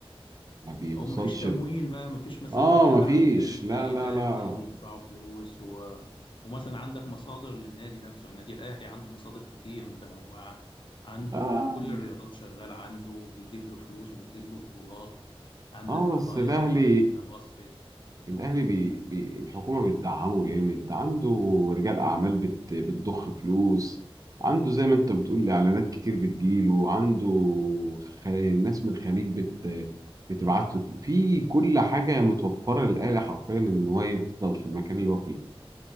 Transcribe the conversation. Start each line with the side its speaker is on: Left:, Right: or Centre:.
Right: ما بيوصلش
Left: هو ما فيش تمويل
Right: ل-
Left: بقى ما فيش مثلا
Right: اه
Left: رجال
Right: ما
Left: اعمال
Right: فيش
Left: زي
Right: لا لا
Left: الاهلي
Right: لا
Left: بيدفعوا فلوس و... ومثلا عندك مصادر للنادي نفسه يعني النادي الاهلي عنده مصادر كتير متنوعه عنده
Right: آه
Left: كل الرياضات شغاله عنده بتجيب له فلوس وبتجيب له بطولات عندك
Right: اه
Left: الطايره
Right: بس الاهلي
Left: الباسكت
Right: الاهلي بي... بي... الحكومه بتدعمه جامد عنده رجال اعمال بت... بتضخ فلوس عنده زي ما انت بتقول اعلانات كتير بتجيله عنده خ... ناس من الخليج بت... بتبعت له في كل حاجه متوفره للاهلي حرفيا ان هو يفضل في المكان اللي هو فيه